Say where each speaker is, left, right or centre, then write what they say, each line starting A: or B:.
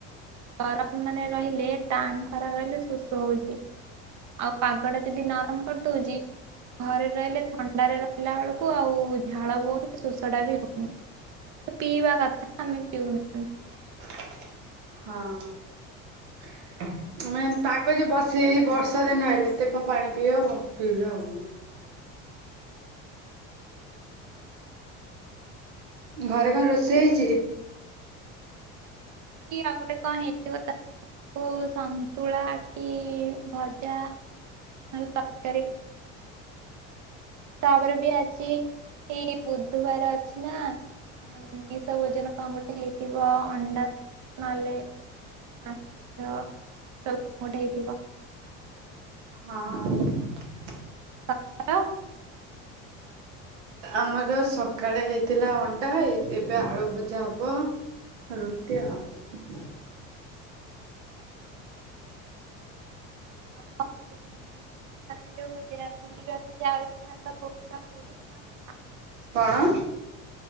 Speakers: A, on the right; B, on the right.
A: ଗରମ ମାନେ ରହିଲେ ଟାଣ ଖରା ରହିଲେ ଶୋଷ ହୋଉଛି। ଆଉ ପାଗ ଟା ଯଦି ଆରାମ କରିଦଉଛି। ଘରେ ରହିଲେ ଥଣ୍ଡାରେ ରହିଲା ବେଳକୁ ଆଉ ଝାଳ ବହୁନି ଶୋଷ ଟା ବି ହୋଉନି। ପିଇବା କଥା ଆମେ ପିଉନ
B: ହଁ। ଆମାନେ ପାଗଜ ବସଇ ବର୍ଷା ଦିନ ହେଲେ ଏତେ କଣ ପାଣି ପିଇ ହବ ପିଇବି ହବନି। ଘରେ କଣ ରୋଷେଇ ହେଇଛି?
A: କି ଆଉ ଗୋଟେ କଣ ହେଇଥିବ ତା ତାକୁ ସନ୍ତୁଳା କି ଭଜା। ନ ହେଲେ ତର୍କାରି ତାପରେ ବି ଆଜି ଏଇ ବୁଧବାର ଅଛି ନା? ଆମିଷ ଭୋଜନ କଣ ଗୋଟେ ହେଇଥିବ ଅଣ୍ଡା ନହେଲେ ମାଛ ସବୁ ଗୋଟେ ହେଇଥିବ।
B: ହଁ।
A: ତମର
B: ଆମର ସକାଳେ ହେଇଥିଲା ଅଣ୍ଡା ଏ ଏବେ ଆଳୁ ଭଜା ହବ। ରୁଟି ଆଉ
A: ଆ ଆଦି ବୁଲି ବପ ଯ ଆ କ ପୁଣି କଣ?
B: କଣ?